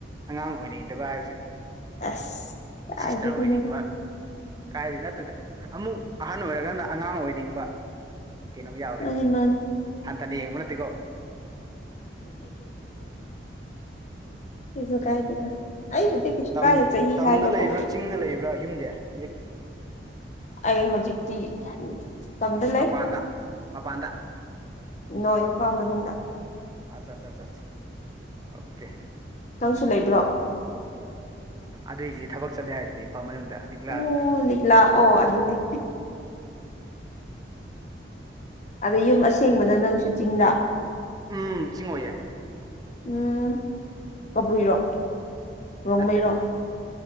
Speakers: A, on the right; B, on the left.
A: ꯑꯉꯥꯡ ꯑꯣꯏꯅꯤꯡꯗꯕ ꯍꯥꯏꯕꯁꯦ
B: ꯑꯁ ꯀꯥꯏꯗꯒꯤꯅꯣꯗ
A: ꯁꯤꯁꯇꯔ ꯑꯣꯏꯅꯤꯡꯕ ꯀꯥꯏꯗꯤ ꯅꯠꯇꯗ ꯑꯃꯨꯛ ꯑꯍꯟ ꯑꯣꯏꯔꯒꯅ ꯑꯉꯥꯡ ꯑꯣꯏꯅꯤꯡꯕ ꯀꯩꯅꯣꯝ ꯌꯥꯎꯋꯦꯅꯤ
B: ꯃꯥꯅꯤ ꯃꯥꯅꯤ
A: ꯍꯟꯊꯅ ꯌꯦꯡꯕ ꯅꯠꯇꯦꯀꯣ
B: ꯁꯤꯁꯨ ꯀꯥꯏ ꯇꯗ ꯑꯩꯕꯨ ꯀꯩꯁꯨ
A: ꯇꯝ
B: ꯀꯥꯏꯦ ꯆꯍꯤ
A: ꯇꯝꯗ
B: ꯍꯥꯏꯕꯕꯨꯣ
A: ꯂꯩꯕ꯭ꯔꯥ ꯆꯤꯡꯗ ꯂꯩꯕ꯭ꯔꯥ ꯌꯨꯝꯗꯤ ꯍꯧꯖꯤꯛ
B: ꯑꯩ ꯍꯧꯖꯤꯛꯇꯤ ꯀꯝꯗ ꯂꯩ
A: ꯃꯄꯥꯟꯗ ꯃꯄꯥꯟꯗ
B: ꯅꯣ ꯏꯝꯐꯥꯜ ꯃꯅꯨꯡꯗ
A: ꯑꯠꯆꯥ ꯑꯠꯆꯥ ꯑꯣꯀꯦ
B: ꯅꯪꯁꯨ ꯂꯩꯕ꯭ꯔꯣ
A: ꯑꯗꯨꯏꯗꯤ ꯊꯕꯛ ꯆꯠꯂꯦ ꯍꯥꯏꯗ꯭ꯔꯦ ꯏꯝꯐꯥꯜ ꯃꯅꯨꯡꯗ ꯂꯤꯛꯂꯥꯗ
B: ꯎꯗꯤꯂ ꯑꯣ ꯑꯗꯨꯗꯤ ꯑꯗ ꯌꯨꯝ ꯑꯁꯦꯡꯕꯅ ꯅꯪꯁꯨ ꯆꯤꯡꯗ
A: ꯎꯝ ꯆꯤꯡꯉ ꯑꯣꯏꯌꯦ
B: ꯎꯝ ꯀꯕꯨꯏꯔꯣ ꯔꯣꯡꯃꯩꯔꯣ
A: ꯅꯠꯇꯦ